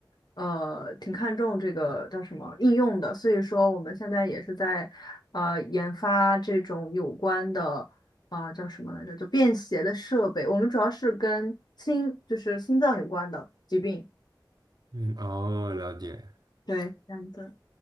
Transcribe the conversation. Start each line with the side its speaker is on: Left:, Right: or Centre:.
Left: 呃，挺看重这个叫什么应用的，所以说我们现在也是在，呃，研发这种有关的，啊、叫什么来着？就便携的设备。我们主要是跟心，就是心脏有关的疾病。
Right: 嗯，哦，了解，
Left: 对，这样子。